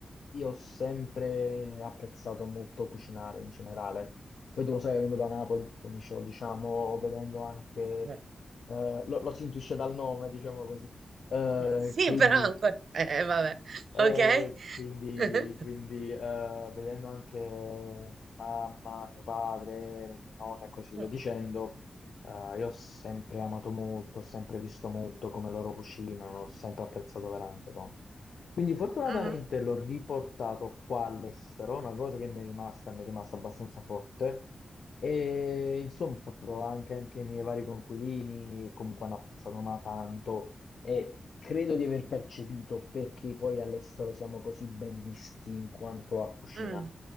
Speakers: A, on the left; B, on the right.
A: io ho sempre apprezzato molto cucinare in generale. Poi tu lo sai, vengo da Napoli, come dicevo, diciamo, vedendo anche...
B: eh,
A: eh, lo, lo si intuisce dal nome, diciamo così. Eh,
B: <laughs> Sì,
A: quindi
B: però ancora. Eh, vabbè,
A: eh,
B: ok?
A: quindi,
B: <laughs>
A: quindi, eh, vedendo anche mia mamma, mio padre, le mie nonne e così via
B: eh.
A: dicendo, eh, io ho sempre amato molto, ho sempre visto molto come loro cucinano, ho sempre apprezzato veramente tanto. Quindi fortunatamente
B: Mhm,
A: l'ho riportato qua all'estero, una cosa che mi è rimasta, mi è rimasta abbastanza forte. E insomma, ho fatto provare anche, anche i miei vari coinquilini, che comunque hanno apprezzato ma tanto e credo di aver percepito perché poi all'estero siamo così ben visti in quanto a cucina.
B: mm.